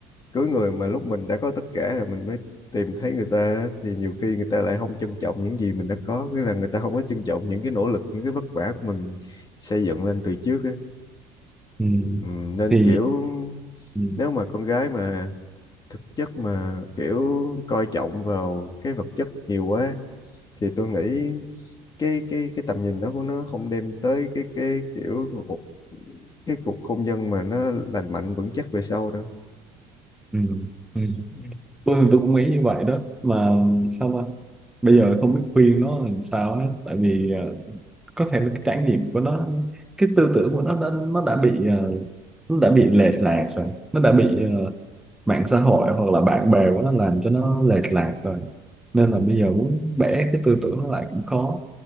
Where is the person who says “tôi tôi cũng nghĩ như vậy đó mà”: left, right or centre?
Centre